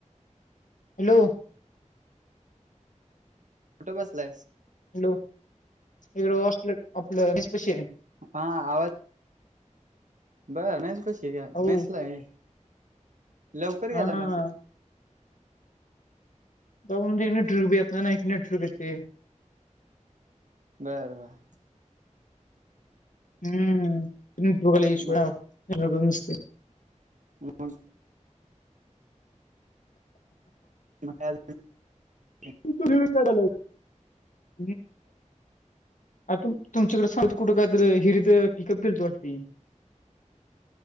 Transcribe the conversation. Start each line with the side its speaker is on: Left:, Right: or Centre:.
Left: हॅलो
Right: कुठं बसलायस
Left: हॅलो इकड हॉस्टेल आपल मेसपशी आहे.
Right: हा आवाज बर मेसपशी का
Left: हो
Right: मेसला हाय. लवकर
Left: हा
Right: गेला मेसला
Left: रूम मधी नेटवर्क बी येत नाय ना इथ नेटवर्क येतंय
Right: बर बर
Left: हम नेटवर्क ला इश्यू
Right: मग
Left: आहे गावात नेटवर्कच नसतंय.
Right: हम <inaudible> म काय <inaudible>
Left: तु तुझं <unintelligible> आता तुमच्याकड सात कुठं काय तर हिरित पिकअप केलंत वाटत की?